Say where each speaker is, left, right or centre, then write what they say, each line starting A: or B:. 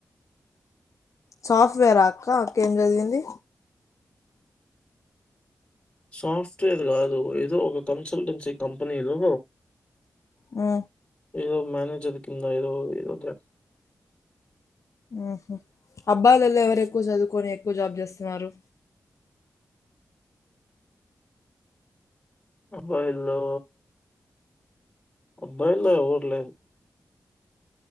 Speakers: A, on the left; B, on the left.
A: సాఫ్ట్వేరా అక్క అక్క ఏం జదివింది
B: సాఫ్ట్వేర్ గాదు ఏదో ఒక కన్సల్టెన్సీ కంపెనీలో
A: ఆ
B: ఇదో మ్యానేేజర్ కింద ఇదో ఇదో
A: ఊహు అబ్బాయిలల్లో ఎవరు ఎక్కువ చదువుకోని ఎక్కువ జాబ్ చేస్తున్నారు
B: అబ్బాయిల్లో అబ్బాయిల్లో ఎవరు లేరు